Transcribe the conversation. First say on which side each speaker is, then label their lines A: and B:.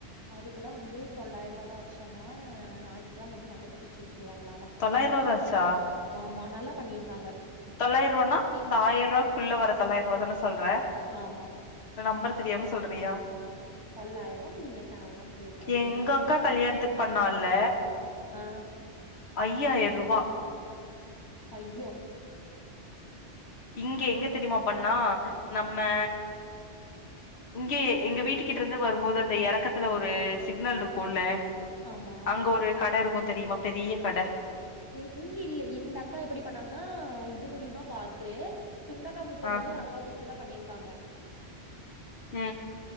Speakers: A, on the left (about 20°); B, on the left (about 65°).
A: அதுக்கெல்லா வந்து தொள்ளாயிருவாதாச்சாம்மா ஞாயித்துக்கெலம வந்து நகத்த பிச்சு உட்ருவாங்கலாமா
B: தொள்ளாயிருவாதா ஆச்சா
A: ஆமா நல்லா பண்ணிருந்தாங்க
B: தொள்ளாயிரூவானா இந்த ஆயிர ரூவாக்குள்ள வர தொள்ளாயிர ரூவா தான சொல்ற
A: ஆமா
B: இல்ல நம்பர் தெரியாம சொல்றியா
A: தொள்ளாயிரம் நீங்க தேவயில்லாம பேசாதங்க
B: எங்க
A: நம்பர்ஸ்
B: அக்கா கல்யாணத்துக்கு பண்ணால்ல
A: ஆ
B: அயயாயிர ரூபா
A: அய்யோ
B: இங்க எங்கே தெரிமா பண்ணா நம்ம இங்கே எங்க வீட்டு கிட்ட இருந்து வரும்போது அந்த எறக்கத்துல ஒரு சிக்னல் இருக்குல்ல
A: ஆமா
B: அங்க ஒரு கடை இருக்கும் தெரிமா பெரிய கடை
A: ம் இங்கில்லை இந்தக் அகா எப்டி பண்ணாங்கன்னா இது மூலியமா பாத்து சுண்டக்காமுத்தூர்லருந்து
B: ஆ
A: ஒரு அக்காவ கூ ப்டுதா பண்ணிருக்காங்க
B: ம்